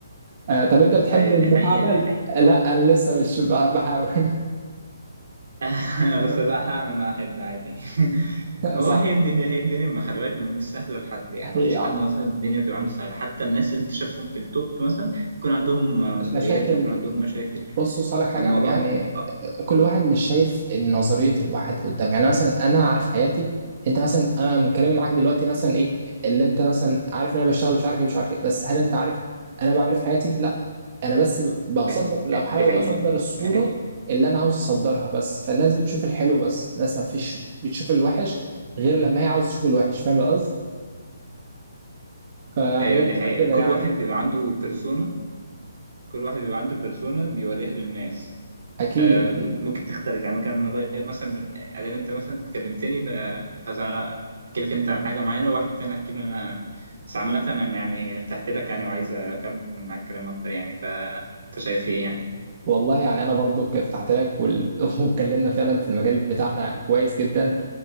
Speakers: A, on the right; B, on the right.
A: آه طب انت بتحب
B: ايوه
A: ابن
B: دي حقيقه
A: عمل
B: دي حقيقه
A: لا انا لسه مش ب- بحاول
B: <laughs>
A: <laughs>
B: بس بقى هعمل ما احب عادي <laughs> ما
A: صح
B: هو هي الدنيا هي الدنيا ما خلي بالك مش سهله لحد يعني
A: هي
B: ما فيش حد مثلا الدنيا بتبقى عنده سهله حتى الناس اللي انت شايفهم في التوب مثلا يكون عندهم مسؤوليات
A: مشاكل
B: ويكون عندهم مشاكل
A: بص صالح حاجه
B: فالموضوع
A: يعني كل
B: قول
A: واحد
B: لي
A: مش شايف نظريه الواحد قدام يعني مثلا انا عارف حياتي انت مثلا انا من كلامي معاك دلوقتي مثلا ايه اللي انت مثلا عارف ان انا بشتغل مش عارف ايه مش عارف ايه بس هل انت عارف انا بعمل ايه في حياتي لا انا بس ب- بصدر
B: دي
A: لو
B: حقيقة
A: حابب
B: دي حقيقة
A: اصدر الصوره
B: دي حقيقة
A: اللي انا عاوز اصدرها بس فالناس بتشوف الحلو بس الناس ما فيش بتشوف الوحش غير لما هي عاوزه تشوف الوحش فاهم القصد فيعني
B: أيوة
A: هي
B: دي
A: بتبقى
B: حقيقة
A: كده
B: كل
A: يعني
B: واحد بيبقى عنده بيرسونا كل واحد بيبقى عنده بيرسونا بيوريها للناس
A: اكيد
B: آه
A: اكيد
B: ممكن تختلف يعني ممكن نغير مثلا من- أدام أنت مثلا اتكلمتني بقى- خلاص أنا أحكي لك أنت عن حاجة معينة وواحد تاني أحكي له أنا بس عامة أنا يعني ارتحت لك يعني وعايز أكمل معاك كلام أكتر يعني فأنت شايف إيه يعني
A: والله يعني انا برضو ارتحت لك وال- <laughs> واتكلمنا فعلا في المجال بتاعنا كويس جدا